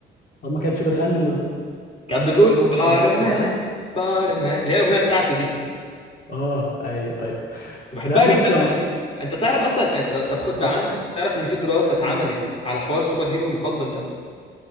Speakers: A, on the left; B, on the left.
A: طب ما كانتش بتغني الا
B: كانت بتقول
A: سبايدر مان
B: سبايدر
A: خرب الدنيا
B: مان
A: يا جدعان
B: سبايدر مان اللي هي الاغنيه بتاعته دي
A: اه ايوه ايوه
B: كنت بحبها
A: لا بص
B: جدا الاغنيه
A: يعني
B: دي انت تعرف اصلا انت طب خد بقى
A: اظن
B: عندك تعرف ان في دراسه اتعملت
A: مم.
B: على حوار السوبر هيرو المفضل ده